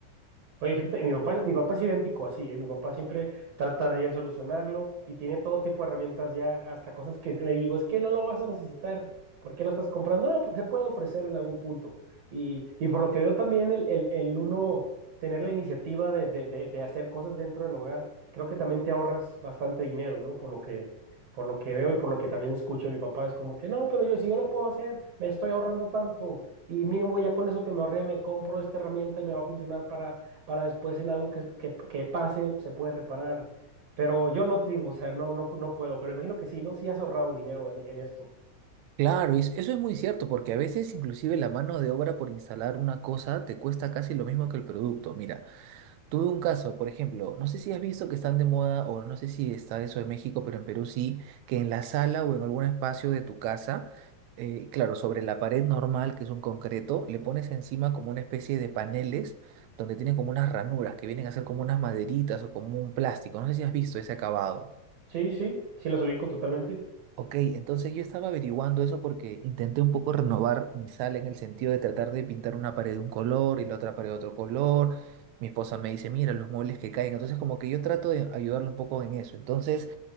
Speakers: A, on the right (about 60°); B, on the right (about 80°).
A: Oye, fíjate, mi papá, mi papá es idéntico así, ¿eh? Mi papá siempre trata de él solucionarlo y tiene todo tipo de herramientas ya, hasta cosas que le digo, es que no lo vas a necesitar, ¿por qué lo estás comprando? No, pues se puede ofrecer en algún punto. Y, y por lo que veo también el, el- el uno tener la iniciativa de, de- de- de hacer cosas dentro del hogar, creo que también te ahorras bastante dinero, ¿no? Por lo que, por lo que veo y por lo que también escucho, mi papá es como que, no, pero yo si yo lo puedo hacer, me estoy ahorrando tanto y mínimo ya con eso que me ahorré, me compro esta herramienta y me va a funcionar para para después en algo que, que- que pase se puede reparar. Pero yo no te digo, o sea, no, no, no puedo, pero imagino que sí, ¿no? Sí has ahorrado dinero en, en esto.
B: Claro, y es- eso es muy cierto porque a veces inclusive la mano de obra por instalar una cosa te cuesta casi lo mismo que el producto. Mira. Tuve un caso, por ejemplo, no sé si has visto que están de moda, o no sé si está eso en México, pero en Perú sí, que en la sala o en algún espacio de tu casa, eh, claro, sobre la pared normal, que es un concreto, le pones encima como una especie de paneles donde tienen como unas ranuras que vienen a ser como unas maderitas o como un plástico. No sé si has visto ese acabado.
A: Sí, sí, sí las ubico totalmente.
B: Ok, entonces yo estaba averiguando eso porque intenté un poco renovar mi sala en el sentido de tratar de pintar una pared de un color y la otra pared de otro color. Mi esposa me dice, mira, los muebles que caen. Entonces como que yo trato de ayudarle un poco en eso. Entonces